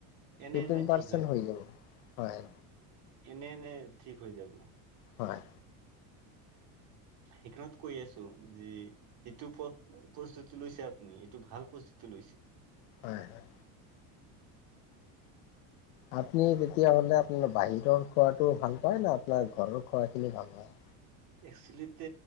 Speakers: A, on the right (about 55°); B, on the left (about 80°).
A: এনে
B: ফিফটিন
A: এনে ঠিক
B: পাৰ্চেট হৈ যাব, হয়।
A: এনে এনে ঠিক হৈ যাব।
B: হয়।
A: সেইকাৰনত কৈ আছো, যে এইটো প্ৰ প্ৰস্তুতি লৈছে আপুনি, এইটো ভাল প্ৰস্তুতি লৈছে।
B: হয়, হয়। আপুনি তেতিয়া হ'লে আপোনাৰ বাহিৰৰ খোৱাটো ভাল পায় না আপোনাৰ ঘৰৰ খোৱা খিনি ভাল পায়?
A: এক্চেলিতে